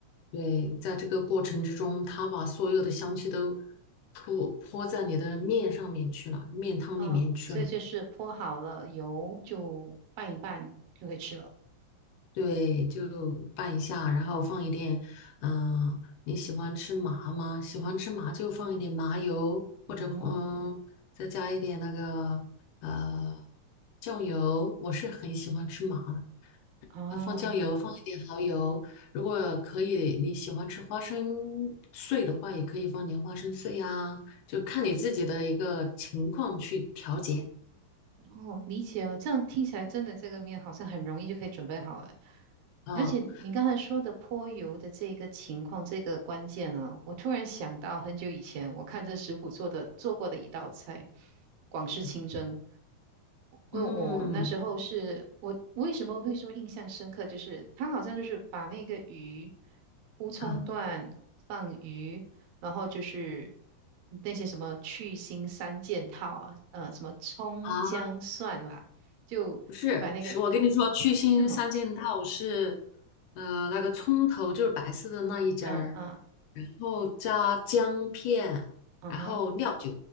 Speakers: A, on the left; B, on the right.
A: 对，在这个过程之中，他把所有的香气都泼泼在你的面上面去了，面汤里面去了。
B: 嗯，所以就是泼好了油就拌一拌就可以吃了。
A: 对，就拌一下，然后放一点，嗯、你喜欢吃麻吗？喜欢吃麻就放一点麻油，
B: 嗯哼，
A: 或者嗯，再加一点那个呃酱油。我是很喜欢吃麻的。
B: 啊。
A: 啊，放酱油，放一点蚝油。如果可以，你喜欢吃花生碎的话，也可以放点花生碎呀，就看你自己的一个情况去调节
B: 哦，理解了。这样听起来真的这个面好像很容易就可以准备好了。
A: 啊。
B: 而且你刚才说的泼油的这个情况，这个关键啊，我突然想到很久以前我看这食谱做的做过的一道菜——广式清蒸。
A: 嗯
B: 因为我那时候是我我为什么会说印象深刻，
A: 嗯
B: 就是他好像就是把那个鱼乌葱段放鱼，
A: 啊
B: 然后就是那些什么去腥三件套啊，呃，什么葱姜蒜吧，
A: 啊啊，
B: 就把那个
A: 不是，是我跟你说，去腥三件套是，
B: 是吗？
A: 呃，那个葱头就是白色的那一截儿，
B: 啊啊
A: 然后加姜片，
B: 啊哈，
A: 然后料酒。